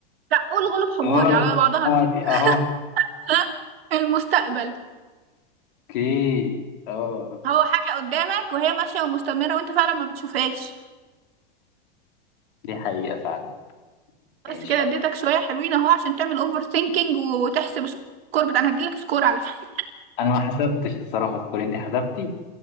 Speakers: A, on the right; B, on the left.
A: لا قول غلب حماري
B: غلب
A: على بعضها
B: قمري
A: كده
B: أهو
A: <laughs> المستقبل
B: أوكي أه
A: هو حاجة قدامك وهي ماشية ومستمرة وانت فعلا ما بتشوفهاش
B: دي حقيقة فعلا ماشي
A: بس كده
B: هقول.
A: اديتك شوية حلوين اهو عشان تعمل اوفر ثينكينج وتحسب سكور بتاع انا هديلك سكور على فكرة
B: أنا ما حسبتش الصراحة سكورين دي حسبتي